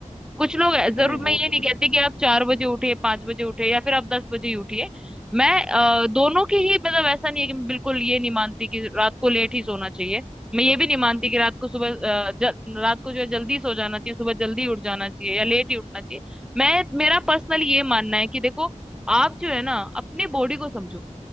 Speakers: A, in the centre; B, on the left.
A: कुछ लोग है- जरूर
B: नहीं नहीं
A: मैं
B: वो
A: ये
B: तो
A: नहीं
B: बिल्कुल
A: कहती कि आप चार बजे उठिए पांच बजे उठिए या फिर आप दस बजे ही उठिए मैं अ, दोनों की ही मतलब ऐसा नहीं है कि मैं बिल्कुल ये नहीं मानती कि रात को लेट ही सोना चाहिए मैं ये भी नहीं मानती कि रात को सुबह अ, जल, रात को जो है जल्दी सो जाना चाहिए सुबह जल्दी उठ जाना चाहिए या लेट ही उठना चाहिए मैं मेरा पर्सनल ये मानना है कि देखो आप जो है ना अपनी बॉडी को समझो